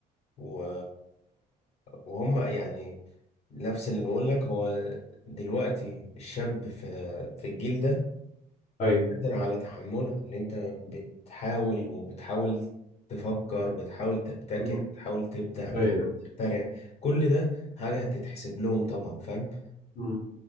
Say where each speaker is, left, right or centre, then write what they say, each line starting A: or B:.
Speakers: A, on the left (about 40°); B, on the left (about 55°).
A: و... وهم يعني نفس اللي بقول لك هو دلوقتي الشاب في في الجيل ده
B: أيوه
A: قادر على تحملها اللي انت بتحاول وبتحاول تفكر بتحاول تبتكر
B: مم.
A: بتحاول تبدع بتحاول
B: أيوه
A: تخترع كل ده حاجة هتتحسب لهم طبعا فاهم
B: مم.